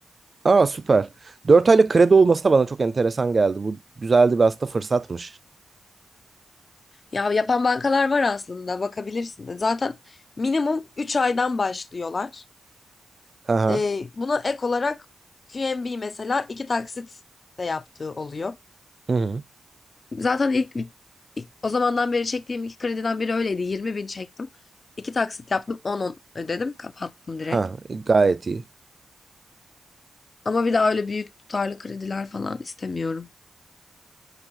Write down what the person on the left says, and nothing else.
Ya yapan bankalar var aslında bakabilirsin de. Zaten minimum 3 aydan başlıyorlar.
Ee, buna ek olarak QNB mesela iki taksit de yaptığı oluyor.
Zaten ilk ilk- o zamandan beri çektiğim iki krediden biri öyleydi. 20 bin çektim. İki taksit yaptım On on ödedim kapattım direkt.
Ama bir daha öyle büyük tutarlı krediler falan istemiyorum.